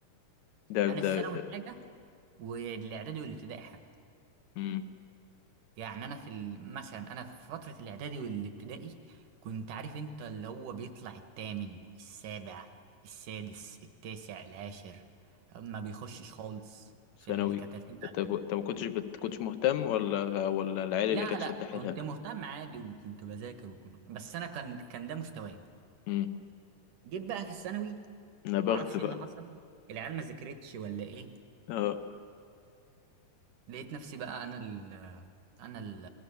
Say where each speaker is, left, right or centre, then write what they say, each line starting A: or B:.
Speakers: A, on the left (about 70°); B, on the right (about 70°).
A: ده
B: انا الثانوي
A: ده ده
B: حاجه والاعدادي والابتدائي حاجه
A: امم
B: يعني انا في ال- مثلا انا في فترة الاعدادي والابتدائي كنت عارف انت اللي هو بيطلع التامن السابع السادس التاسع العاشر ما بيخشش خالص في
A: ثانوي
B: الكترتيب
A: انت
B: عندهم
A: انت ما كنتش بت... كنتش مهتم ولا ولا العيال
B: لا
A: اللي كانت
B: لا
A: شد
B: كنت
A: حيلها
B: مهتم عادي وكنت بذاكر وكنت بس انا كان كان ده مستواي
A: امم
B: جيت بقى في الثانوي
A: انا بخت
B: معرفش
A: بقى
B: ايه اللي حصل العيال ما ذاكرتش ولا ايه
A: اه
B: لقيت نفسي بقى انا ال انا ال